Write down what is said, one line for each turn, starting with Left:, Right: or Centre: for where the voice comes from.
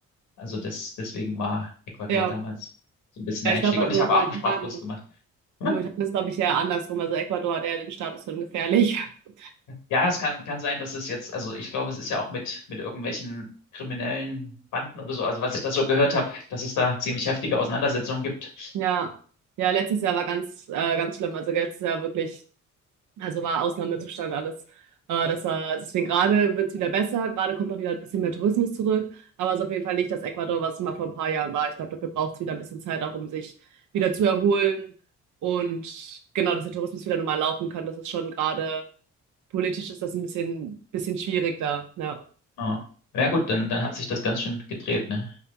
Left: also das, deswegen war Ecuador
Right: Ja,
Left: damals
Right: okay.
Left: so ein bisschen
Right: ja
Left: der
Right: ich
Left: Einstieg.
Right: glaube, halt
Left: Und ich
Right: so
Left: habe
Right: momentan,
Left: auch einen Sprachkurs gemacht. Hm?
Right: momentan ist, glaube ich, eher andersrum. Also Ecuador hat eher den Status von gefährlich. <laughs>
Left: Ja, es kann, kann sein, dass es jetzt, also ich glaube, es ist ja auch mit, mit irgendwelchen kriminellen Banden oder so, also was ich da so gehört habe, dass es da ziemlich heftige Auseinandersetzungen gibt.
Right: Ja. Ja, letztes Jahr war ganz, äh, ganz schlimm. Also letztes Jahr wirklich Also war Ausnahmezustand alles. Äh, das war, deswegen gerade wird es wieder besser, gerade kommt auch wieder ein bisschen mehr Tourismus zurück, aber es ist auf jeden Fall nicht das Ecuador, was es mal vor ein paar Jahren war. Ich glaube, dafür braucht es wieder ein bisschen Zeit auch, um sich wieder zu erholen und genau, dass der Tourismus wieder normal laufen kann. Das ist schon gerade politisch ist das ein bisschen, bisschen schwierig da. Ja,
Left: Ja, ja gut, dann, dann hat sich das ganz schön gedreht, ne?